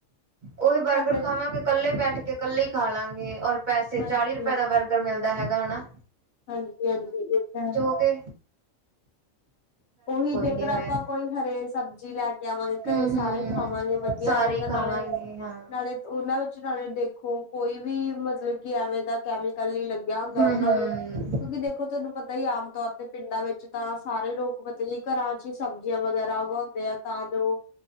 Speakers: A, on the right; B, on the left.
A: ਉਹੀ ਬਰਗਰ
B: ਪਰ
A: ਖਾਵਾਂਗੇ ਕੱਲੇ ਬੈਠ ਕੇ ਕੱਲੇ ਹੀ ਖਾ ਲਾਂਗੇ ਔਰ ਪੈਸੇ
B: ਹਾਂਜੀ
A: ਚਾਲੀ ਰੁਪਏ ਦਾ ਬਰਗਰ ਮਿਲਦਾ ਹੈਗਾ। ਹਣਾ,
B: ਹਾਂਜੀ-ਹਾਂਜੀ ਏ ਤਾਂ ਹੈ।
A: ਉਹਦੇ।
B: <inaudible> ਉਹੀ ਜੇਕਰ
A: ਨਹੀਂ
B: ਆਪਾਂ
A: ਹੋਇਆ
B: ਕੋਈ ਹਰੇ ਸਬਜ਼ੀ ਲੈ ਕੇ ਆਵਾਂਗੇ।
A: ਹੂੰ
B: ਘਰੇ ਸਾਰੇ
A: ਹੂੰ
B: ਖਾਵਾਂਗੇ ਵਧੀ ਵਧੀਆ
A: ਸਾਰੇ
B: ਰਹਿੰਦਾ
A: ਹੀ
B: ਨਾਲੇ-ਨਾਲੇ
A: ਖਾਵਾਂਗੇ ਹਾਂ
B: ਉਹਨਾਂ ਵਿੱਚ ਨਾਲੇ ਦੇਖੋ ਕੋਈ ਵੀ ਮਤਲਬ ਕਿ ਐਵੇਂ ਦਾ ਕੈਮੀਕਲ ਨਹੀਂ ਲੱਗਿਆ ਹੁੰਦਾ।
A: ਹੂੰ
B: ਉਹਨਾਂ
A: ਹੂੰ
B: ਨੂੰ ਕਿਉਂਕਿ ਦੇਖੋ ਤੁਹਾਨੂੰ ਪਤਾ ਹੀ, ਆਮ ਤੌਰ ਤੇ ਪਿੰਡਾਂ ਵਿੱਚ ਤਾਂ ਸਾਰੇ ਲੋਕ ਜੀ ਘਰਾਂ ਚ ਹੀ ਸਬਜ਼ੀਆਂ ਵਗੈਰਾ ਉਗਾਉਂਦੇ ਆ ਤਾਂ ਜੋ